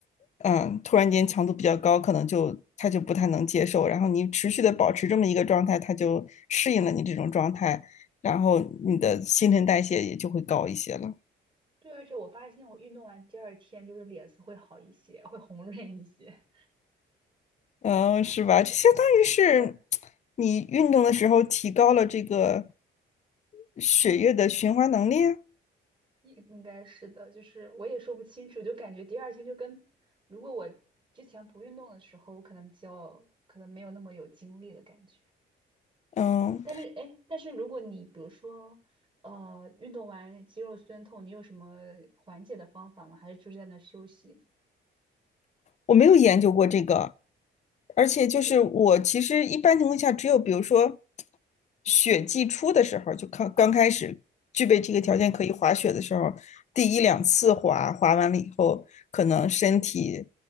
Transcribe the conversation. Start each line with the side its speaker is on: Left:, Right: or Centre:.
Left: 嗯，突然间强度比较高，可能就它就不太能接受。然后你持续的保持这么一个状态，它就适应了你这种状态，然后你的新陈代谢也就会高一些了。
Right: 对，而且我发现我运动完第二天就是脸色会好一些，会红润一些。
Left: 嗯，是吧？就相当于是
Right: <laughs> 是的。
Left: 你运动的时候提高了这个血液的循环能力啊。
Right: 应应该是的，就是我也说不清楚，就感觉第二天就跟如果我之前不运动的时候，我可能比较可能没有那么有精力的感觉。
Left: 嗯，
Right: 但是哎，诶但是如果你比如说呃运动完肌肉酸痛，你有什么缓解的方法吗？还是就是在那休息？
Left: 我没有研究过这个，而且就是我其实一般情况下，
Right: 对，
Left: 只有比如说雪季初的时候，就刚刚开始具备这个条件可以滑雪的时候，
Right: 嗯，
Left: 第一两次滑，滑完了以后，可能身体